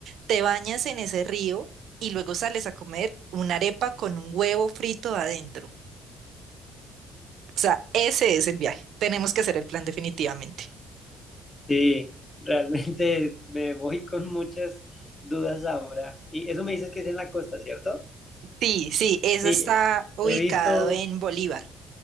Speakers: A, on the right; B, on the left.
A: Te bañas en ese río y luego sales a comer una arepa con un huevo frito adentro. O sea, ese es el viaje. Tenemos que hacer el plan definitivamente.
B: Sí, realmente <laughs> me voy con muchas dudas ahora. Y eso me dices que es en la costa, ¿cierto?
A: Sí, sí, eso
B: Sí,
A: está ubicado
B: he visto
A: en Bolívar.